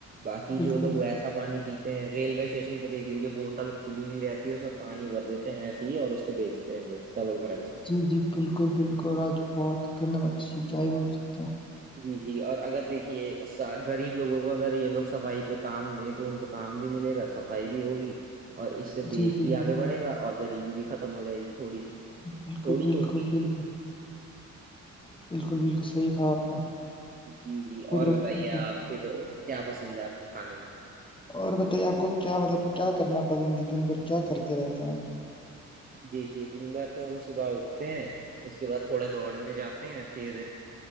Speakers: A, on the right; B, on the left.
A: باقی
B: بالکل
A: جو لو وسا پانی پیتے ہیں ریلوے اسٹیشن پہ دیکھ لیجیے بوتل کھلی بھی رہتی اس میں پانی بھر دیتے ہیں ایے ہی اور اس کو بیچتے ہیں ڈبل فرائی سے
B: جی جی بالکل بالکل آج بہت گدم اچھی ستائی بول سکتے ہیں
A: جی جی اور اگر دیکھیے غریب لوگوں کو اگر یہ لوگ صفائی پہ کام دیں تو ان پہ کام بھی ملے گا صفائی بھی ہوگی اور اس سے
B: جی
A: دیش
B: جی
A: بھی
B: جی
A: آگے
B: جی
A: بڑھے گا اور غریبی بھی ختم ہو جائے گی تھوڑی سی
B: بالکل
A: تھوڑی
B: بالکل
A: تو ہوگی
B: بالکل بالکل بالکل صحیح کہا آپ نے
A: جی جی اور بتائیے
B: بت- جی
A: آپ پھر کیا پسند ہے آپ کے کھانے میں
B: اور بتائیے آپ کو کیا مطلب کیا کرنا پسند دن بھر کیا کرتے رہتے ہیں آپ
A: دیکھیے دن بار تو ہم صبح اٹھتے ہیں اس کے بعد تھوڑا دوڑنے جاتے ہیں پھر